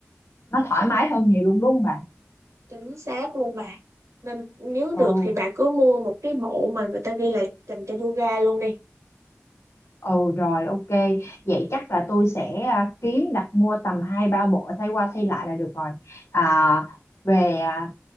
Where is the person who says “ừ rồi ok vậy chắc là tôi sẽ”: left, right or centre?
Left